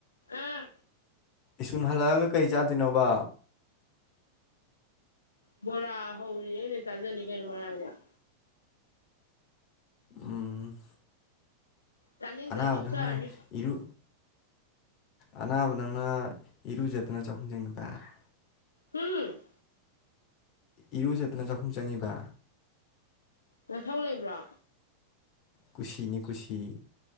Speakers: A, on the left; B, on the left.
A: ꯑꯥ
B: ꯏꯁꯟ ꯍꯜꯂꯛꯑꯒ ꯀꯔꯤ ꯆꯥꯗꯣꯏꯅꯣꯕ
A: ꯕꯣꯔ ꯍꯅꯦ ꯆꯥꯖꯅꯤꯒꯩꯅ ꯃꯔ
B: ꯎꯝ
A: ꯆꯥꯅꯤꯗ꯭ꯔ
B: ꯑꯅꯥꯕ
A: ꯇꯣꯛꯆꯥꯔꯅꯤ
B: ꯅꯪꯅ ꯏꯔꯨ ꯑꯅꯥꯕ ꯅꯪꯅ ꯏꯔꯨꯖꯠꯇꯨꯅ ꯆꯥꯛꯈꯨꯝ ꯆꯪꯈꯤꯕ ꯄꯥꯏ
A: ꯎꯝ
B: ꯏꯔꯨꯖꯦꯠꯇꯅ ꯆꯥꯛꯈꯨꯝ ꯆꯪꯉꯤꯕ
A: ꯅꯪꯊꯧ ꯂꯩꯕ꯭ꯔꯣ
B: ꯀꯨꯁꯤꯅꯤ ꯀꯨꯁꯤ